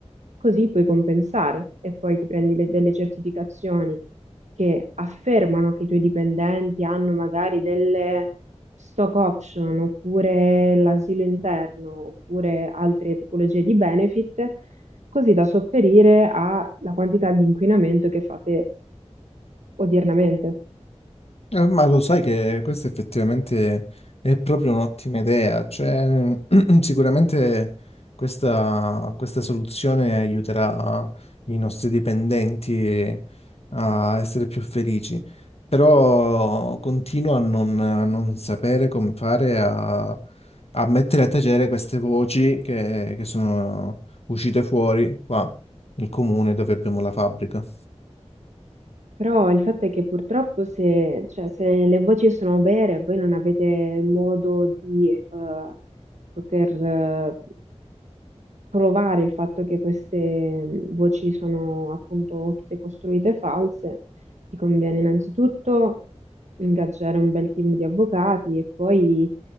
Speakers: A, on the right (about 85°); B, on the left (about 60°).
A: Così puoi compensare e poi ti prendi le- delle certificazioni che affermano che i tuoi dipendenti hanno magari delle stock option, oppure l'asilo interno, oppure altre tipologie di benefit, così da sopperire alla quantità di inquinamento che fate odiernamente.
B: Eh, Ma lo sai che questa effettivamente è proprio un'ottima idea, cioè <clears throat> sicuramente questa, questa soluzione aiuterà i nostri dipendenti a essere più felici, però continuo a non, a non sapere come fare a, a mettere a tacere queste voci che, che sono uscite fuori qua nel comune dove abbiamo la fabbrica.
A: Però il fatto è che purtroppo se, cioè, se le voci sono vere, voi non avete modo di eh, poter eh, provare il fatto che queste mh, voci sono appunto tutte costruite e false, ti conviene innanzitutto ingaggiare un bel team di avvocati e poi